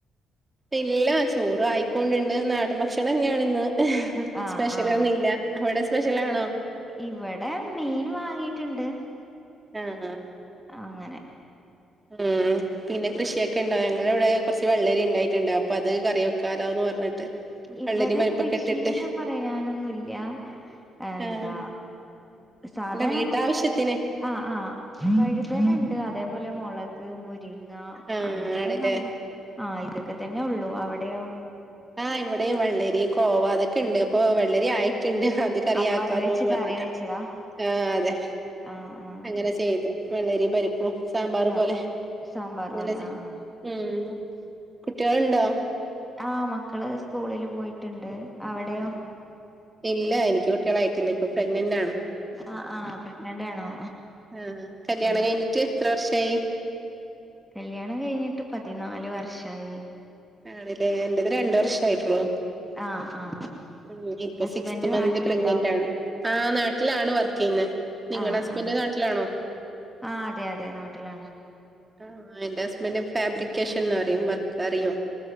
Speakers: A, on the right (about 20°); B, in the centre.
A: ഇല്ല ചോറായിക്കൊണ്ടിണ്ട് നാടൻ ഭക്ഷണം തന്നെയാണ് ഇന്ന് ഉം
B: ആഹ്
A: സ്പെഷ്യലൊന്നുമില്ല
B: ആഹ്
A: അവിടെ സ്പെഷ്യലാണോ
B: ഇവടെ മീൻ വാങ്ങിയിട്ടുണ്ട്
A: ആഹ്
B: ആ അങ്ങനെ
A: ഉം പിന്നെ കൃഷിയൊക്കെ ഉണ്ടോ ഞങ്ങളിവിടെ കുറച്ച് വെള്ളരി ഉണ്ടായിട്ടുണ്ട് അപ്പൊ അത് കറി വെക്കാലോന്ന് പറഞ്ഞിട്ട്
B: ഇവിടെ
A: വെള്ളരിയും പരിപ്പൊക്കെ
B: കൃഷിന്ന്
A: ഇട്ടിട്ട്
B: പറയാനൊന്നുല്യാ ആ എന്താ
A: ആഹ്
B: സാധാ
A: അല്ല വീട്ടാവശ്യത്തിന്
B: ഞമ്മക്ക് ആഹ് ആഹ് വഴുതന ഉണ്ട് അതേപോലെ മുളക് മുരിങ്ങ
A: ആഹ്
B: അങ്ങനത്തെ
A: ആണ്ല്ലേ
B: സംഭവം ആഹ് ഇതൊക്കെ തന്നെ ഉള്ളു അവിടെയോ
A: ആഹ് ഇവിടെ വെള്ളരി കോവ അതൊക്കെ ഉണ്ട് അപ്പൊ വെള്ളരി ആയിട്ടുണ്ട് അത് കറിയാക്കാലോന്ന്
B: അപ്പൊ അത് വെച്ച്
A: പറഞ്ഞിട്ട്
B: കറി വെച്ചതാ
A: ആഹ് അതെ
B: ആഹ് ആഹ്
A: അങ്ങനെ ചെ ചെയ്തു വെള്ളരിയും പരിപ്പും സാമ്പാറ്
B: ആഹ്
A: പോലെ
B: സാമ്പാർ
A: അങ്ങനെ
B: പോലെ
A: ചെ
B: ആഹ് ആഹ്
A: ഉം കുട്ടികളുണ്ടോ
B: ആഹ് മക്കള് സ്കൂളില് പോയിട്ടുണ്ട് അവിടെയോ
A: ആണോ ഇല്ല എനിക്ക് കുട്ടികളായിട്ടില്ല പ്രെഗ്നന്റാണ്
B: ആഹ് ആഹ് പ്രഗ്നന്റ് ആണോ
A: ആഹ് കല്യാണം
B: ഉം
A: കഴിഞ്ഞ് ട്ട് എത്ര വർഷായി
B: കല്യാണം കഴിഞ്ഞിട്ട് പതിനാല് വർഷമായി
A: ആണില്ലേ എന്റത് രണ്ട് വർഷേ ആയിട്ടുള്ളൂ
B: ആഹ് ആഹ്
A: ഉം ഇപ്പൊ
B: ഹസ്ബൻഡ്
A: സിക്സ്ത് മന്ത്
B: നാട്ടിലുണ്ടോ
A: പ്രഗ്നന്റ് ആണ് ആഹ് നാട്ടിലാണ് വർക്ക് ചെയ്യുന്നെ നിങ്ങടെ
B: ആഹ്
A: ഹസ്ബന്റ്
B: ആഹ്
A: നാട്ടിലാണോ
B: ആഹ് അതെ അതെ നാട്ടിലാണ്
A: ആഹ് എന്റെ ഹസ്ബന്റ് ഫാബ്രിക്കേഷൻ എന്ന് പറയും വർക്ക് അറിയോ